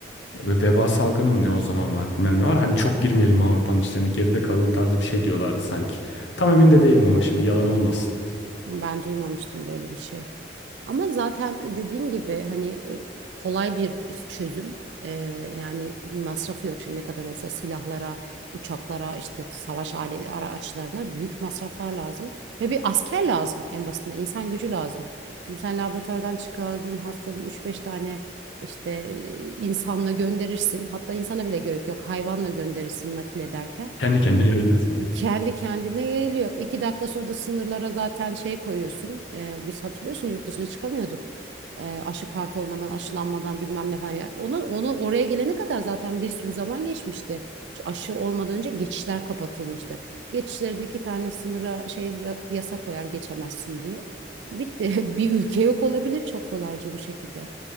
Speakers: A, on the left; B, on the right.
A: Ya Ve veba salgını mı ne o zaman var bilmem ne var. Hani çok girmeyelim Avrupa'nın işlerine geride kalın tarzı bir şey diyorlardı sanki. Tam emin de değilim ama şimdi yalan olmasın.
B: Ben duymamıştım böyle bir şey. Ama zaten dediğim gibi hani e, kolay bir çözüm. Ee, yani masrafı yok şimdi ne kadar olsa silahlara, uçaklara, işte savaş alet araçlarına büyük masraflar lazım. Ve bir asker lazım en basitinden insan gücü lazım. Şimdi sen laboratuvardan çıkardığın hastalığı üç beş tane işte e, insanla gönderirsin. Hatta insana bile gerek yok hayvanla gönderirsin nakil ederken.
A: Kendi kendine yayılıyor
B: E, Kendi kendine yayılıyor. İki dakika sonra da sınırlara zaten şey koyuyorsun. E, biz hatırlıyorsun yurt dışına çıkamıyorduk. E, aşı kartı olmadan, aşılanmadan bilmem ne falan. Ya Onu, onu oraya gelene kadar zaten bir sürü zaman geçmişti. Ç- Aşı olmadan önce geçişler kapatılmıştı. Geçişlerde iki tane sınıra şey ya- yasa koyar geçemezsin diye. Bitti. <laughs> Bir ülke yok olabilir çok kolayca bu şekilde.